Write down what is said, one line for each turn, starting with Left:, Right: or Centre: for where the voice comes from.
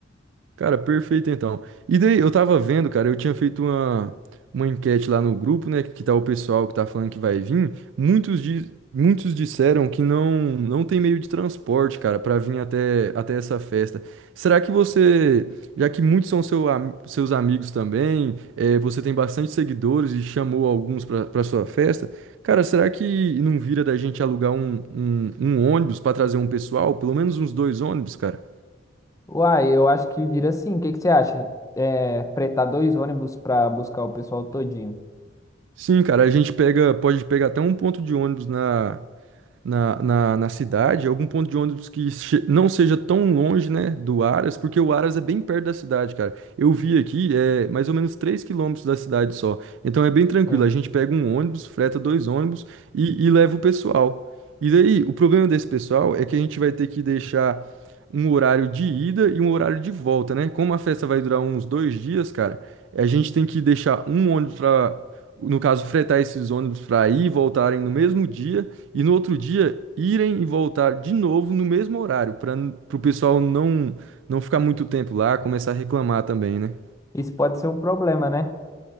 Right: Cara, perfeito então. E daí, eu tava vendo, cara, eu tinha feito uma, uma enquete lá no grupo, né? Que tá o pessoal que tá falando que vai vir. Muitos, di muitos disseram que não não tem meio de transporte, cara, pra vir até, até essa festa. Será que você, já que muitos são seu, am- seus amigos também, eh, você tem bastante seguidores e chamou alguns pra, pra sua festa, cara, será que não vira da gente alugar um, um, um ônibus pra trazer um pessoal? Pelo menos uns dois ônibus, cara?
Left: Uai, eu acho que vira assim. O que, que você acha? É, fretar dois ônibus para buscar o pessoal todinho.
Right: Sim, cara, a gente pega, pode pegar até um ponto de ônibus na, na, na, na cidade, algum ponto de ônibus que che- não seja tão longe, né, do Aras, porque o Aras é bem perto da cidade, cara. Eu vi aqui, é mais ou menos 3 quilômetros da cidade só. Então é bem tranquilo,
Left: Sim.
Right: a gente pega um ônibus, freta dois ônibus e, e leva o pessoal. E daí, o problema desse pessoal é que a gente vai ter que deixar um horário de ida e um horário de volta, né? Como a festa vai durar uns dois dias, cara, a gente tem que deixar um ônibus para, no caso, fretar esses ônibus para ir e voltarem no mesmo dia e no outro dia irem e voltar de novo no mesmo horário, para o pessoal não não ficar muito tempo lá, começar a reclamar também, né?
Left: Isso pode ser um problema, né?